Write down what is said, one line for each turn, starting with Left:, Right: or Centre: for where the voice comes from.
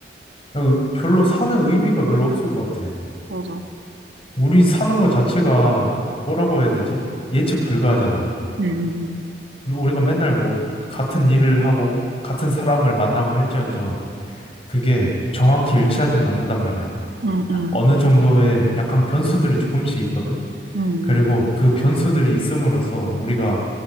Left: 어, 별로 사는 의미가 별로 없을 것 같아.
Right: 맞아.
Left: 우리 사는 것 자체가 뭐라고 해야 되지? 예측 불가하잖아.
Right: 응, 응,
Left: 뭐 우리가 맨날 뭐 같은 일을 하고 같은 사람을 만나고 할지언정 그게 정확히 일치하진 않는단 말이야.
Right: 응, 응,
Left: 어느 정도의 약간 변수들이 조금씩 있거든.
Right: 응,
Left: 그리고 그 변수들이 있음으로써 우리가